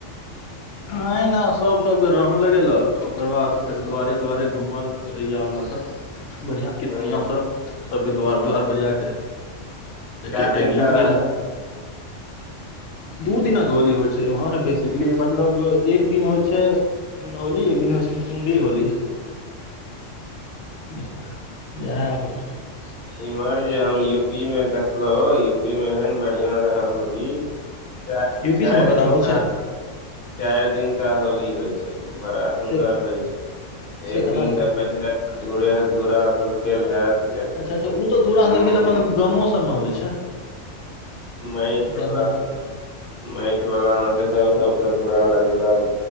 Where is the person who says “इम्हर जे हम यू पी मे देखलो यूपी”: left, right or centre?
Left